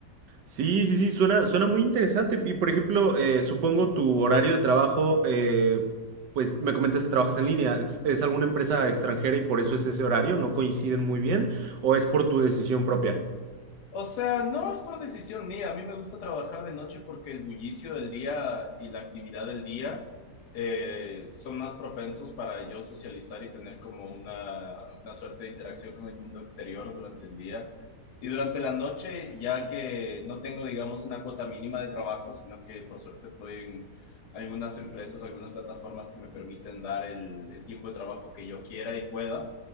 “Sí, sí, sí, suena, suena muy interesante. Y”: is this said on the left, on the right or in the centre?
Right